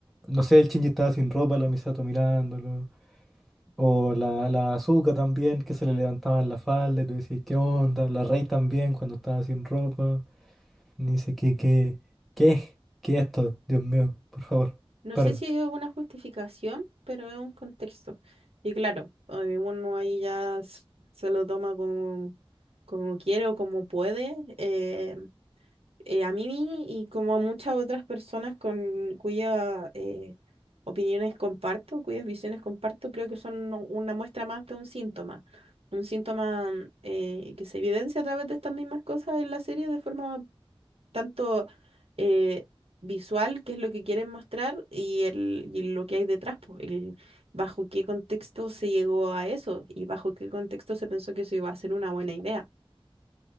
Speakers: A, in the centre; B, on the right.
A: no sé, el Shinji estaba sin ropa, la Misato mirándolo. O la, la azúcar también, que se le levantaban la falda y tú decís, ¿qué onda? La Rey también, cuando estaba sin ropa. Y dice, ¿qué, qué, qué? ¿Qué es esto? Dios mío, por favor,
B: no
A: paren.
B: sé si es una justificación, pero es un contexto. Y claro, eh, uno ahí ya s- se lo toma como, como quiere o como puede. eh, eh, a mí y como a muchas otras personas con cuyas eh, opiniones comparto, cuyas visiones comparto, creo que son u- una muestra más de un síntoma. Un síntoma eh, que se evidencia a través de estas mismas cosas en la serie de forma tanto eh, visual, qué es lo que quieren mostrar, y, el, y lo que hay detrás, pues, el, bajo qué contexto se llegó a eso y bajo qué contexto se pensó que eso iba a ser una buena idea.